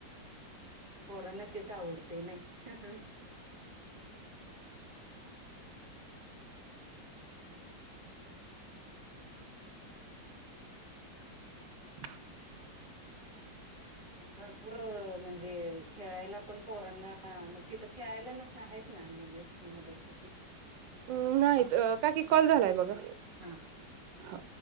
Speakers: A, on the right; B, on the right.
A: पोरांना तेच आवडतंय नाई हं हं.
B: <inaudible>
A: <inaudible> आणि भरपूर म्हणजे खेळायला, पण पोरांना मग तिथं खेळायला नसा आहेत ना. मुले छो मुलं छोटी
B: अ नाहीत काकी कॉल झालाय बघा
A: हा
B: हा.